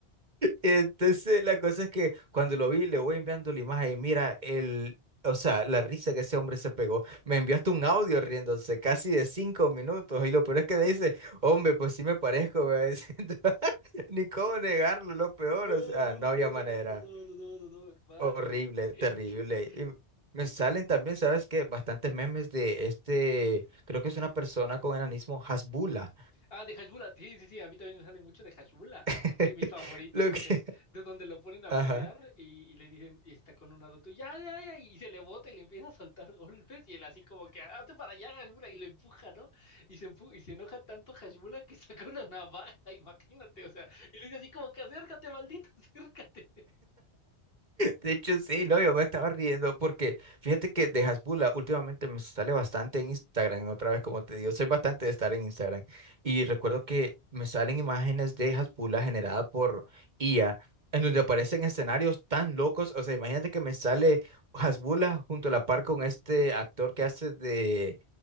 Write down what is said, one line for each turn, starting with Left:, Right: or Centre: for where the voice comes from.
Right: Entonces, la cosa es que cuando lo vi, le voy enviando la imagen y mira, el, o sea, la risa que ese hombre se pegó. Me envió hasta un audio riéndose casi de cinco minutos. Y lo peor es que me dice, hombre, pues sí me parezco, me va diciendo. <laughs> Ni cómo negarlo, lo peor,
Left: No,
Right: o sea,
Left: <laughs> no,
Right: no
Left: no,
Right: había
Left: no,
Right: manera.
Left: no, no, no, no, no, no, no, no, hermano.
Right: Horrible,
Left: <laughs>
Right: terrible. Y me salen también, ¿sabes qué? Bastantes memes de este, creo que es una persona con enanismo, Hasbula.
Left: Ah, de Hashbula, sí, sí, sí, a mí también me sale mucho de Hashbula.
Right: <laughs>
Left: Eh, mi favorito
Right: Lo
Left: es donde,
Right: que,
Left: de donde lo ponen a
Right: ajá.
Left: pelear y, y le dicen, y está con un adulto, ya, ya, ya, y se le bota y le empieza a soltar <laughs> golpes y él así como que, "Ah, hazte para allá, Hashbula, y lo empuja, ¿no? Y se empu- y se enoja tanto Hashbula que <laughs> saca una navaja, <laughs> imagínate, o sea, y le dice así como que, acércate, maldito, <laughs> acércate.
Right: De hecho, sí, no, yo me estaba riendo porque fíjate que de Hasbula últimamente me sale bastante en Instagram, otra vez como te digo, soy bastante de estar en Instagram y recuerdo que me salen imágenes de Hasbula generada por IA en donde aparecen escenarios tan locos, o sea, imagínate que me sale Hasbula junto a la par con este actor que hace de,